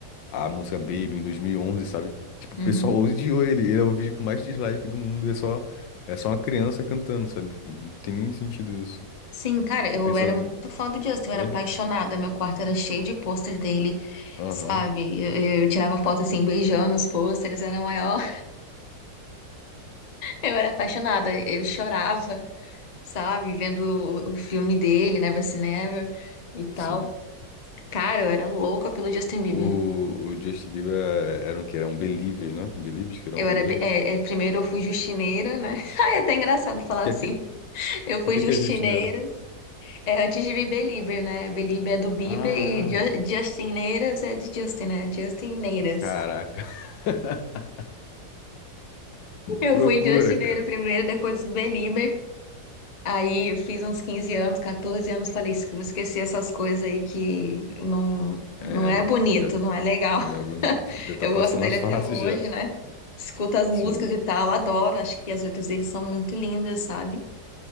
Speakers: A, on the left (about 80°); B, on the left (about 35°).
A: a música Baby em 2011, sabe? Tipo,
B: Uhum.
A: o pessoal odiou ele. Ele é o vídeo com mais dislike do mundo. É só, é só uma criança cantando, sabe? Tipo, não tem nem sentido isso.
B: Sim, cara, eu
A: E o pessoal.
B: era muito fã do Justin, eu
A: Oi?
B: era apaixonada. Meu quarto era cheio de pôster dele,
A: Aham,
B: sabe? Eu, eu tirava foto assim, beijando os pôsteres, era a maior Eu era apaixonada, eu chorava, sabe, vendo o, o filme dele, Never Say Never e tal.
A: sim.
B: Cara, eu era louca pelo Justin Bieber.
A: O, o Justin Bieber é- eram que eram Believers, né? Believers que eram
B: Eu
A: fã
B: era,
A: deles.
B: be- é, é, primeiro eu fui justineira, né? <laughs> Ai, é até engraçado falar
A: O que
B: assim.
A: é que,
B: Eu
A: o
B: fui
A: que
B: justineiras,
A: que é Justineira?
B: é, antes de Bieber, né? Bieber é do Bieber
A: Ah,
B: e Ju- Justineiras é de Justin, né? Justineiras.
A: caraca. <laughs>
B: <laughs> Eu
A: Que
B: fui
A: loucura,
B: justineira
A: cara.
B: primeiro, depois Belieber. Aí eu fiz uns 15 anos, 14 anos, falei, "Esque- vou esquecer essas coisas aí que não, não
A: É,
B: é bonito,
A: já
B: não é legal.
A: não é bonito.
B: <laughs>
A: Já tá
B: Eu
A: passando
B: gosto dele
A: a fase
B: até hoje,
A: já.
B: né? Escuto as músicas
A: Sim,
B: e tal, adoro, acho que as letras dele são muito lindas, sabe?